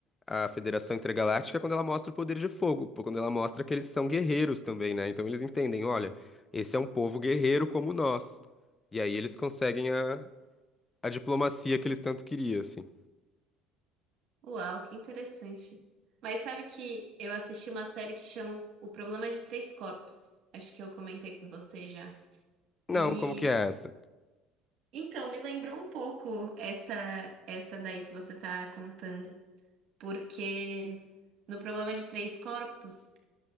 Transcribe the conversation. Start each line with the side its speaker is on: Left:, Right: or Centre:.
Left: a Federação Intergaláctica quando ela mostra o poder de fogo, pô, quando ela mostra que eles são guerreiros também, né? Então eles entendem, olha, esse é um povo guerreiro como nós. E aí eles conseguem a, a diplomacia que eles tanto queriam, assim.
Right: Uau, que interessante. Mas sabe que eu assisti uma série que chama O Problema de Três Corpos. Acho que eu comentei com você já.
Left: Não,
Right: E
Left: como que é essa?
Right: então me lembrou um pouco essa essa daí que você tá contando, porque no Problema de Três Corpos,